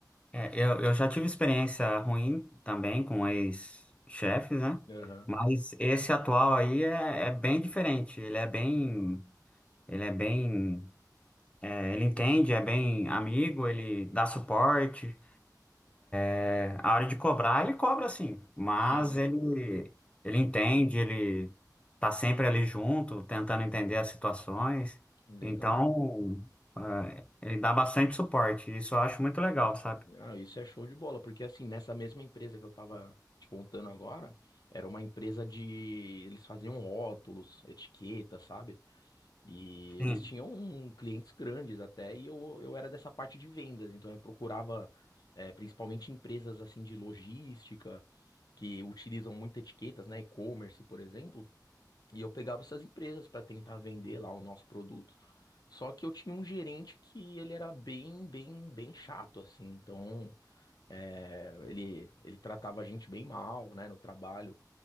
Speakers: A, on the left; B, on the left.
A: É, eu, eu já tive experiência ruim também com ex-chefes, né?
B: Aham.
A: Mas esse atual aí é, é bem diferente. Ele é bem, ele é bem, é, ele entende, é bem amigo, ele
B: Uhum.
A: dá suporte. É, a hora de cobrar, ele cobra sim, mas
B: Sim,
A: ele, ele entende, ele tá sempre ali junto, tentando entender as situações.
B: legal.
A: Então, é, ele dá bastante suporte. Isso eu acho muito legal, sabe?
B: Ah, isso é show de bola, porque assim, nessa mesma empresa que eu tava te contando agora, era uma empresa de. Eles faziam rótulos, etiqueta, sabe? E
A: Sim.
B: eles tinham um- clientes grandes até, e eu, eu era dessa parte de vendas, então eu procurava eh, principalmente empresas assim de logística, que utilizam muito etiquetas, né? E-commerce, por exemplo, e eu pegava essas empresas para tentar vender lá o nosso produto. Só que eu tinha um gerente que ele era bem, bem, bem chato, assim, então. É, ele, ele tratava a gente bem mal, né, no trabalho.